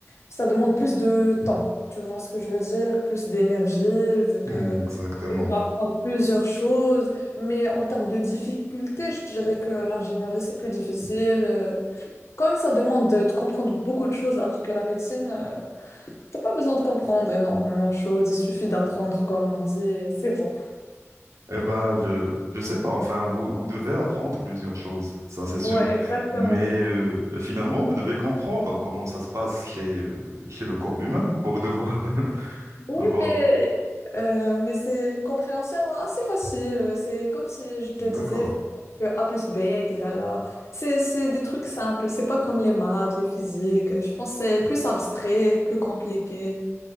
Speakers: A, on the left; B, on the right.
A: Ça demande plus de temps. Tu vois ce que je veux dire? Plus d'énergie, vu que
B: Mm, Exactement.
A: tu dois apprendre plusieurs choses. Mais en termes de difficulté, je dirais que l'ingénierie, c'est plus difficile. Euh, Comme ça demande de, de comprendre beaucoup de choses, alors que la médecine, euh, t'as pas besoin de comprendre énormément de choses. Il suffit d'apprendre, comme on dit, et c'est bon.
B: Eh ben, je je sais pas. Enfin, vous vous devez apprendre plusieurs choses, ça c'est sûr.
A: Ouais, exactement.
B: Mais euh, finalement, vous devez comprendre comment ça se passe chez euh, chez le corps humain pour devoir <laughs>
A: Oui,
B: devoir.
A: mais, euh, mais c'est une compréhension assez facile. C'est comme si je te
B: D'accord.
A: disais que A plus B est égal à... C'est, c'est des trucs simples. C'est pas comme les maths, les physiques. Je pense que c'est plus abstrait, plus compliqué.